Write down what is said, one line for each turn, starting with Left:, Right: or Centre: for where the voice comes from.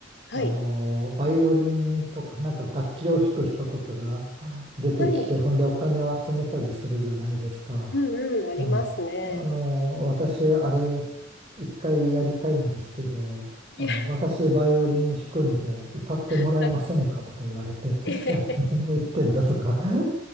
Left: はい。
Right: あの、バイオリンとか、なんか楽器を弾く人とかが出てきて、
Left: あーはい。
Right: ほんでお金を集めたりするじゃないですか。
Left: うんうん。ありますね。
Right: うん。あの、私、あれ、一回やりたいんですけど、
Left: いや
Right: あの、私、バイオリン弾くんで、歌ってもらえませんかとか言われて、
Left: <laughs> はい。えへへ
Right: <laughs> いや、何を言ってんだとか、あ